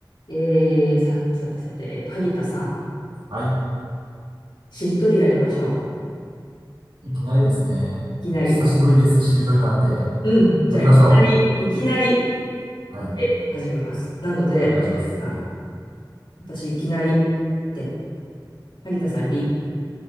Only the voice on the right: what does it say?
はい。
いきなりですね。
久しぶりです。しりとりなんて。
やりましょ
う。はい。
お願いします。
はい。